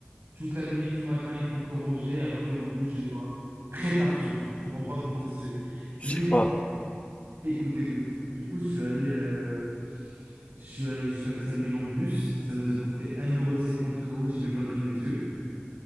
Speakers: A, on the right (about 55°); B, on the left (about 30°).
A: Toute la nuit, tout le matin, ils font que ranger. Après, on bouge, genre, très tard, surtout. Je comprends pas comment ça se fait.
B: Je
A: Mais mec,
B: sais pas.
A: Écoute, écoute, du coup, je suis allé, euh, je suis allé jusqu'à Ksamil en bus. Ça nous a coûté un euro cinquante frérot. J'ai même pas cru mes yeux.